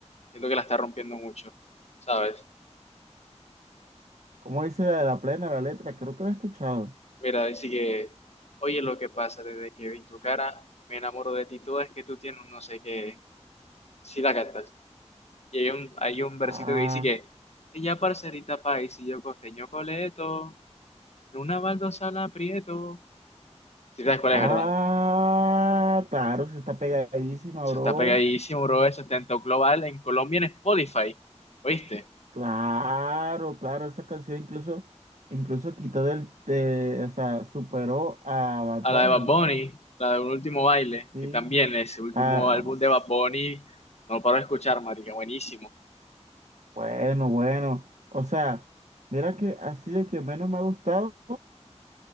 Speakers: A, on the left (about 65°); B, on the right (about 80°).
A: siento que la está rompiendo mucho, ¿sabes?
B: ¿Cómo dice la, la plena, la letra? Creo que la he escuchado.
A: Mira, dice que, oye, lo que pasa desde que vi tu cara, me enamoro de ti toda, es que tú tienes un no sé qué, si la cantas. Y hay un, hay un versito
B: Ah,
A: que dice que, ella parcerita país y yo costeño coleto, en una baldosa la aprieto. Si sabes cuál
B: ah,
A: es, ¿verdad?
B: claro, se está pegadísima,
A: Eso
B: bro.
A: está pegadísimo, bro, eso está en top global, en Colombia en Spotify, ¿oíste?
B: Claro, claro, esa canción incluso, incluso quitó del, de- o sea, superó a Bad
A: A
B: Bunny.
A: la de Bad Bunny, la de Un Último Baile,
B: Sí.
A: que también ese último
B: Ah,
A: álbum
B: s-
A: de Bad Bunny, no lo paro de escuchar, marica, buenísimo.
B: bueno, bueno. O sea, mira que así el que menos me ha gustado,